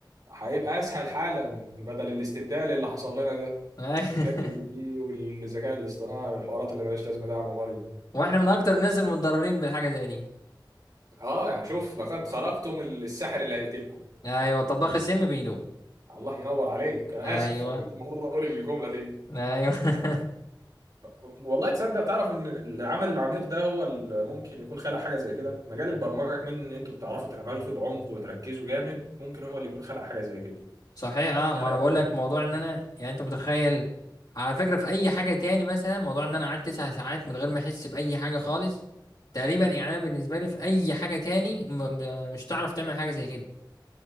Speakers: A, on the right; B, on the left.
A: هيبقى اسهل حالا بدل الاستبدال اللي حصل لنا ده
B: أي-
A: وشات جي بي
B: <laughs>
A: تي والذكاء الاصطناعي والحوارات اللي ملهاش لازمه ده يا عم ماريو
B: واحنا من اكتر الناس المتضررين بالحاجه زي دي
A: اه يعني شوف لقد خلقتم الساحر اللي هيقتلكم
B: ايوه طباخ السم بيدوق
A: الله ينور عليك انا
B: ايوه
A: اسف انا كنت المفروض اقول الجمله دي
B: ايوه <laughs>
A: والله تصدق تعرف ان العمل العميق ده هو اللي ممكن يكون خلق حاجه زي كده مجال البرمجه كمان ان انتوا بتعرفوا تعملوا فيه بعمق وتركزوا جامد ممكن هو اللي يكون خلق حاجه زي كده
B: صحيح اه
A: خلق
B: ما انا
A: الفكرة.
B: بقول لك موضوع ان انا يعني انت متخيل على فكره في اي حاجه تاني مثلا موضوع ان انا قعدت تسع ساعات من غير ما احس باي حاجه خالص تقريبا
A: امم
B: يعني انا بالنسبه لي في اي حاجه تاني م م مش هتعرف تعمل حاجه زي كده